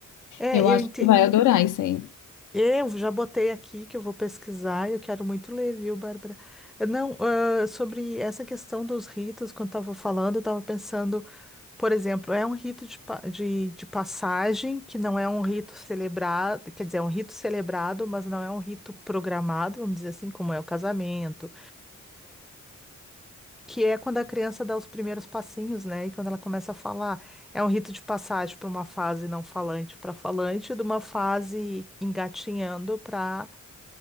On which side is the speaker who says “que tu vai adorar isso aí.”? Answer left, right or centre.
Left